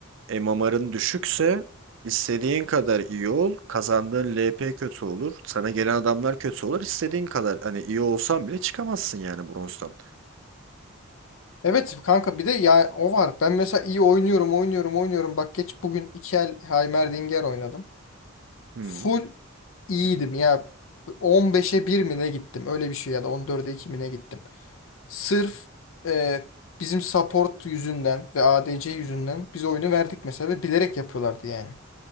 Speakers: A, on the right; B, on the left.
A: MMR'ın düşükse istediğin kadar iyi ol. Kazandığın LP kötü olur. Sana gelen adamlar kötü olur. İstediğin kadar hani iyi olsan bile çıkamazsın yani bronzdan.
B: Evet kanka bir de ya o var. Ben mesela iyi oynuyorum oynuyorum oynuyorum. Bak geç bugün iki el Heimerdinger oynadım.
A: Hmm.
B: Full iyiydim ya. 15'e bir mi ne gittim öyle bir şey ya da 14'e 2 mi ne gittim. Sırf e, bizim support yüzünden ve ADC yüzünden biz oyunu verdik mesela ve bilerek yapıyorlardı yani.